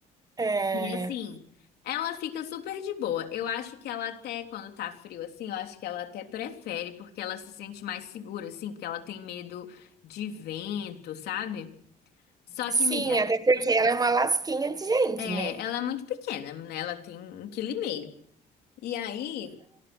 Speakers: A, on the right; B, on the left.
A: É,
B: E assim, ela fica super de boa. Eu acho que ela até, quando tá frio assim, eu acho que ela até prefere, porque ela se sente mais segura, assim, porque ela tem medo de vento, sabe? Só
A: sim,
B: que, miga,
A: até porque ela é uma lasquinha de gente,
B: é,
A: né?
B: ela é muito pequena, né? Ela tem um quilo e meio. E aí,